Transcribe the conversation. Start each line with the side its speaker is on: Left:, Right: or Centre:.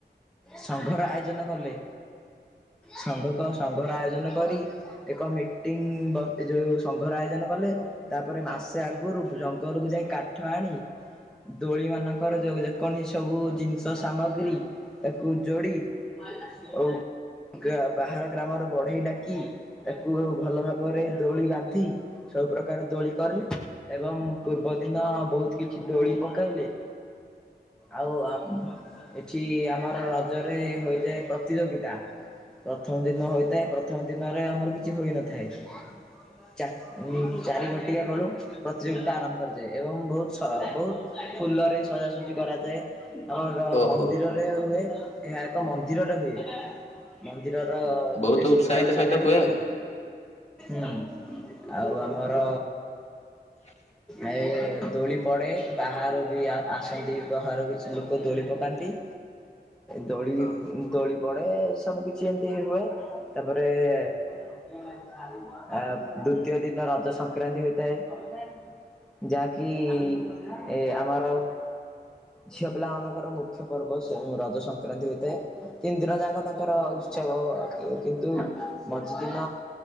Centre: ସଂଘର ଆୟୋଜନ କଲେ। ସଂଘ କ ସଂଘର ଆୟୋଜନ କରି ଏକ ମିଟିଂ ବ ଏ ଯୋଉ ସଂଘର ଆୟୋଜନ କଲେ ତାପରେ ମାସେ ଆଗରୁ ଜଙ୍ଗଲକୁୁ ଯାଇ କାଠ ଆଣି ଦୋଳି ମାନଙ୍କର ଯ ଯେକଣସି ସବୁ ଜିନିଷ ସାମଗ୍ରୀ ତାକୁ ଯୋଡି ଆଉ ଗା ବାହାର ଗ୍ରାମରେ ବଢେଇ ଡାକି ତାକୁ ଭଲ ଭାବରେ ଦୋଳି ବାନ୍ଧି ସବୁ ପ୍ରକାର ଦୋଳି କରି ଏବଂ ପୂର୍ବ ଦିନ ବହୁତ କିଛି ଦୋଳି ପକାଇଲେ। ଆଉ ଆ ଏଠି ଆମର ରଜରେ ହୋଇଇଯାଏ ପ୍ରତିଯୋଗିତା। ପ୍ରଥମ ଦିନ ହୋଇଥାଏ ପ୍ରଥମ ଦିନରେ ଆମର କିଛି ହୋଇନଥାଏ। ଚା ଚାରି ଘଟିବା ବେଳୁ ପ୍ରତିଯୋଗିତା ଆରମ୍ଭ କରାଯାଏ ଏବଂ ବହୁତ ବହୁତ ଫୁଲରେ ସଜାସଜି କରାଯାଏ। ଆମର
Left: ଓହୋ
Centre: ମନ୍ଦିରରେ ହୁଏ ଏହା ଏକ ମନ୍ଦିରରେ ହୁଏ। ମନ୍ଦିରର
Left: ବହୁତ
Centre: ଗୋଟେ ସୁନ୍ଦର
Left: ଉତ୍ସାହିତ
Centre: ଜାଗାରେ
Left: ସହିତ ହୁଏ ଆଉ
Centre: ହଁ ଆଉ ଆମର
Left: ହ <inaudible>
Centre: ଏ ଦୋଳି ପଡ଼େ ବାହାରୁ ବି ଆସନ୍ତି ବାହାରୁ କିଛି ଲୋକ ଦୋଳି ପକାନ୍ତି।
Left: <inaudible>
Centre: ଦୋଳି
Left: ଓ,
Centre: ଦୋଳି ପଡ଼େ ସବୁ କିଛି ଏମିତି ହୁଏ ତାପରେ <unintelligible> ଆ ଦ୍ଵିତୀୟ ଦିନ ରଜ ସଂକ୍ରାନ୍ତି ହୋଇଥାଏ। ଯାକି ଏ ଆମର ଝିଅ ପିଲାମାନଙ୍କର ମୁଖ୍ୟ ପର୍ବ ସେ ରଜ ସଂକ୍ରାନ୍ତି ହୋଇଥାଏ। ତିନି ଦିନ ଯାକ ତାଙ୍କର ଉତ୍ସବ କିନ୍ତୁ ମଝିଦିନ